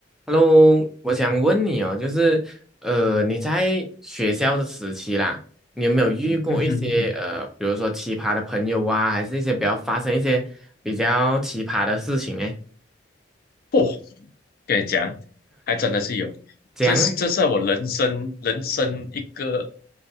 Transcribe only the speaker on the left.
嗯哼嗯哼，
不跟你讲，还真的是有，
这是这是在我人生人生一个